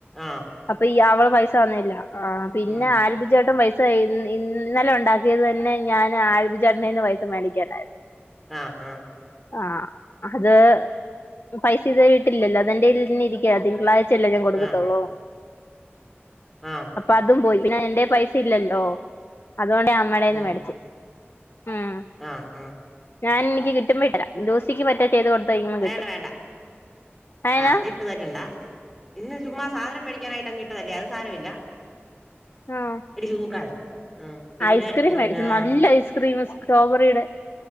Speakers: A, in the centre; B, on the left.
A: ആഹ്
B: അപ്പ ഈ അവള് പൈസ തന്നില്ല ആ പിന്ന
A: ഉം
B: ആൽബി ചേട്ടൻപൈസ ത്ത ഇന്ന് ഇന്നലെ ഒണ്ടാക്കിയത് തന്നെ ഞാൻ ആൽബി ചേട്ടനിന്ന് പൈസ മേടിക്കാനായിരുന്നു.
A: ആ ആ
B: ആ അത് പൈസ ഇതുവരെ ഇട്ടില്ലല്ലോ അതെന്റെ ഇതിൽ തന്നെ ഇരിക്കയാ തിങ്കളാ ഇല്ലെങ്കി കൊടുക്കത്തൊള്ളൂ
A: ആഹ് ആഹ്
B: അപ്പ അതും പോയി പിന്നെ എന്റെ പൈസ ഇല്ലല്ലോ അതുകൊണ്ട് അമ്മെടെന്ന്
A: ഉം
B: മേടിച്ച് ഉം
A: ആഹ് ആഹ്
B: ഞാൻ എനിക്ക് കിട്ടുമ്പ ഇട്ടരാം ലൂസിക്ക് മറ്റേ ചെയ്ത് കൊടുത്ത് കഴിയുമ്പോ
A: വേണ്ട
B: കിട്ടും
A: വേണ്ട
B: അയനാ
A: ആ അത് ഇട്ടുതരണ്ടാ ഇന്ന് ചുമ്മാ സാധനം മേടി ക്കാനായങ്ങിട്ടതല്ലേ അത് സാരവില്ല
B: ഉം
A: ഇടിച്ചു തൂക്കാതെ ആഹ് പിന്നെ
B: ഐസ്ക്രീം
A: എന്നാ
B: മേടിച്ച് നല്ല ഐസ്ക്രീന് സ് സ്ട്രോബറീടെ